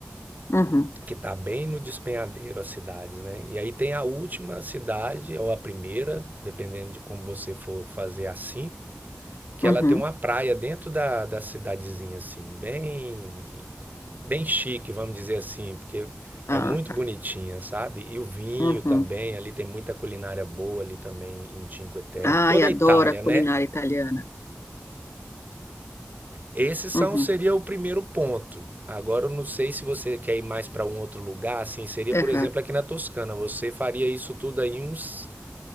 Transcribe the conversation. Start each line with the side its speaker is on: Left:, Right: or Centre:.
Left: uhum,
Right: que está bem no despenhadeiro as cidades, né? E aí tem a última cidade, ou a primeira, dependendo de como você for fazer a cinco, que
Left: uhum.
Right: ela tem uma praia dentro da, da cidadezinha, assim, bem, bem chique, vamos dizer assim, porque
Left: Ah,
Right: é muito
Left: tá.
Right: bonitinha, sabe? E o vinho
Left: Uhum.
Right: também, ali tem muita culinária boa ali também em Cinque Terre.
Left: Ai,
Right: Toda a Itália,
Left: adoro a
Right: né?
Left: culinária italiana.
Right: Esse são,
Left: Uhum,
Right: seria o primeiro ponto. Agora eu não sei se você quer ir mais para um outro lugar, assim, seria,
Left: aham,
Right: por exemplo, aqui na Toscana. Você faria isso tudo aí uns